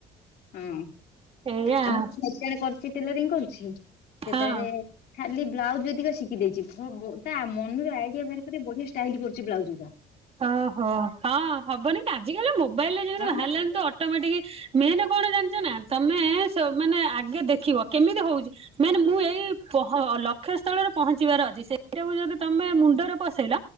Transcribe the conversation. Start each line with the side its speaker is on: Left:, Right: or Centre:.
Left: ହୁଁ
Right: ଏଇଆ
Left: <inaudible>
Right: ଆଉ
Left: କରୁଚି ଟେଲରିଂ କରୁଛି ସେଟାରେ
Right: ହଁ।
Left: ଖାଲି ବ୍ଲାଉଜ ଯଦିକ ଶିଖିଦେଇଚି ଭ ତା ମନରେ ଆଇଡିଆ ବାହାର କରି ବଢିଆ ସ୍ ଷ୍ଟାଇଲ କରୁଛି ବ୍ଲାଉଜ ଗୁରା।
Right: ଓହୋ ହଁ ହବନି କି ଆଜିି କାଲି ବା ମୋବାଇଲରେ ଯେମିତି
Left: ହଁ
Right: ବାହାରିଲାଣି
Left: ବା
Right: ତ ଅ ଅଟୋମେଟିକ ମେନ କଣ ଜାଣିଚ ନା, ତମେ ସ ମାନେ ଆଗେ ଦେଖିବ କେମିତି ହଉଚି ମେନ୍ ମୁଁ ଏଇ ପହ ଲକ୍ଷ୍ୟ ସ୍ଥଳରେ ପହଞ୍ଚିବାର ଅଛି ସେଇଟାକୁ ଯଦି ତମେ ମୁଣ୍ଡର ପସେଇଲ,